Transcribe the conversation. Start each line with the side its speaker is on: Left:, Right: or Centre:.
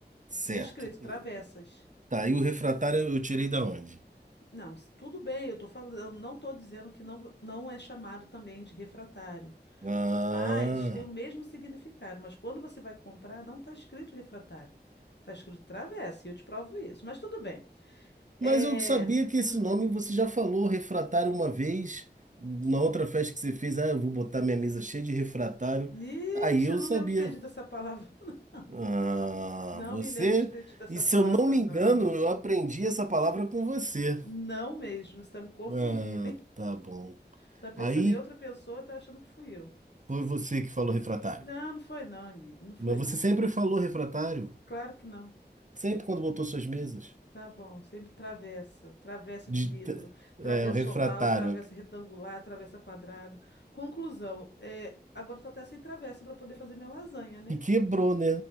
Right: certo.
Left: Vem escrito travessas.
Right: Tá, e o refratário eu tirei da onde?
Left: Não, s- tudo bem, eu tô falando, não estou dizendo que não, não é chamado também de refratário,
Right: Ah.
Left: mas tem o mesmo significado. Mas quando você vai comprar, não está escrito refratário, está escrito travessa, e eu te provo isso. Mas tudo bem.
Right: Mas
Left: É...
Right: eu sabia que esse
Left: Hum.
Right: nome você já falou, refratário, uma vez, na outra festa que você fez. Ah, eu vou botar minha mesa cheia de refratário.
Left: Ixi,
Right: Aí eu
Left: eu não
Right: sabia.
Left: lembro de ter dito essa palavra, <laughs> não.
Right: Ah,
Left: Não
Right: você.
Left: me lembro de ter dito essa
Right: E se
Left: palavra,
Right: eu não me
Left: não.
Right: engano, eu aprendi essa palavra com você.
Left: Não mesmo, você está me confundindo,
Right: Ah,
Left: hein?
Right: tá bom.
Left: <laughs> Tá pensando
Right: Aí
Left: em outra pessoa e tá achando que fui eu.
Right: foi você que falou refratário.
Left: Não, não foi não, amigo, não foi
Right: Mas
Left: não.
Right: você sempre falou refratário.
Left: Claro que não.
Right: Sempre quando botou suas mesas.
Left: Tá bom, sempre travessa, travessa
Right: De-
Left: de vidro,
Right: é,
Left: travessa
Right: o refratário.
Left: oval, travessa retangular, travessa quadrado. Conclusão, é, agora eu tô até sem travessa para poder fazer minha lasanha, né?
Right: Que quebrou, né?